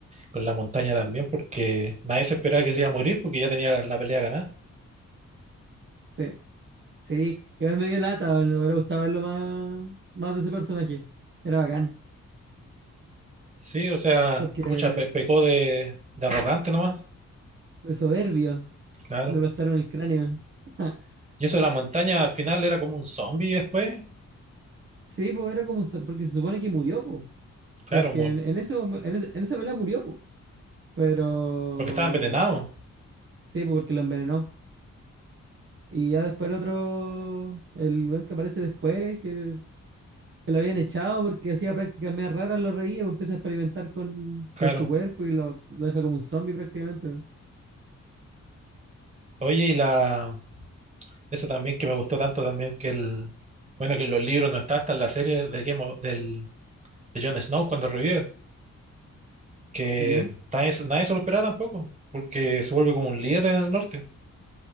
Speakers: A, on the right; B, on the right.
A: con la montaña también, porque nadie se esperaba que se iba a morir porque ya tenía la pelea ganada.
B: Sí, sí. Igual me dio lata, me hubiera gustado verlo más, más de ese personaje. Era bacán,
A: Sí, o sea,
B: porque
A: mucha pe- pecó de, de arrogante nomás,
B: de soberbio
A: claro.
B: le aplastaron el cráneo. <laughs>
A: Y eso de la montaña al final era como un zombie después,
B: Sí, pues era como, so- porque se supone que murió, po,
A: claro,
B: Porque
A: mu-
B: en, en ese, momen- en ese- en esa pelea murió, po. Pero
A: porque estaba envenenado,
B: sí, po, porque lo envenenó. Y ya después el otro, el buen que aparece después, que que lo habían echado porque hacía prácticas más raras, lo reía, pues empieza a experimentar con,
A: claro.
B: con su cuerpo y lo, lo deja como un zombie prácticamente.
A: Oye, y la, eso también que me gustó tanto también que el, bueno, que en los libros no está hasta en la serie del Game of- del, de Jon Snow cuando revive, que
B: ¿Ya?
A: nadie, se- nadie se lo esperaba tampoco, porque se vuelve como un líder en el norte.